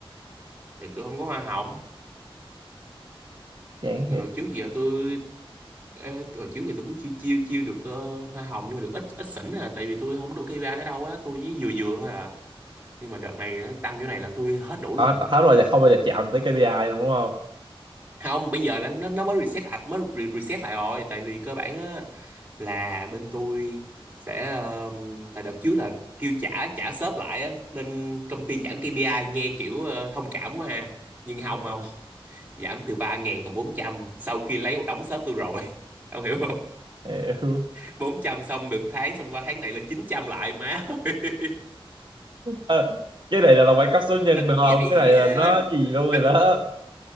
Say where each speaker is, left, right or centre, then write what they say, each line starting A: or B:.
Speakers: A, on the right (about 20°); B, on the right (about 55°).
A: thì tôi không có hoa hồng
B: chán
A: thì
B: thiệt
A: hồi trước giờ tôi ê, hồi trước giờ tôi cũng chiêu chiêu chiêu được ờ, hoa hồng nhưng mà được ít ít xỉn à tại vì tôi không đủ cây ba tới đâu á tôi với vừa vừa thôi à nhưng mà đợt này nó tăng chỗ này là tôi hết đủ luôn
B: hết
A: à
B: hết rồi giờ không bao giờ chạm tới KPI đúng không
A: không bây giờ là nó nó mới reset lại mới re- reset lại rồi tại vì cơ bản á là bên tôi sẽ ờ, tại đợt trước là kêu trả trả shop lại á nên công ty giảm KPI nghe kiểu ờ, thông cảm quá ha nhưng không
B: Đúng
A: không
B: rồi.
A: giảm từ ba ngàn còn 400 sau khi lấy một đống shop tôi rồi <laughs> ông hiểu
B: Hiểu.
A: bốn trăm xong được tháng xong qua tháng này lên 900 lại má ơi.
B: Ờ, cái này là đâu phải cấp
A: <laughs>
B: số nhân
A: nó
B: được
A: cũng
B: không
A: vậy
B: cái này là
A: à.
B: nó gì luôn rồi
A: nó
B: đó